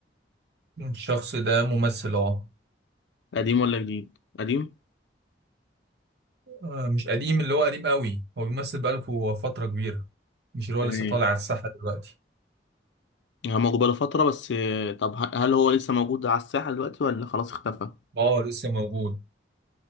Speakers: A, on the right (about 65°); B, on the left (about 80°).
A: الشخص ده ممثل اه
B: قديم ولا جديد قديم
A: آه، مش قديم اللي هو قديم قوي هو بيمثل بقاله فترة كبيرة مش اللي هو
B: تمام
A: لسه طالع على الساحة دلوقتي
B: هو موجود بقاله فترة بس آه، طب ه- هل هو لسه موجود على الساحة دلوقتي ولا خلاص اختفى
A: اه لسه موجود